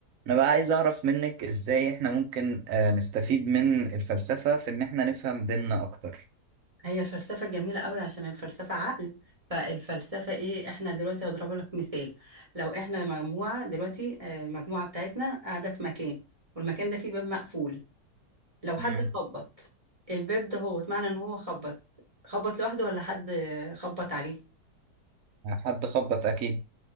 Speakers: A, on the right; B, on the right.
A: انا بقى عايز اعرف منك ازاي احنا ممكن آه، نستفيد من الفلسفة في ان احنا نفهم ديننا اكتر
B: هي الفلسفة جميلة قوي عشان الفلسفة عقل فالفلسفة ايه احنا دلوقتي هضرب لك مثال لو احنا مجموعة دلوقتي آه، المجموعة بتاعتنا قاعدة في مكان والمكان ده فيه باب مقفول لو حد
A: مم.
B: خبط الباب ده هو معنى ان هو خبط خبط لوحده ولا حد خبط عليه
A: حد خبط اكيد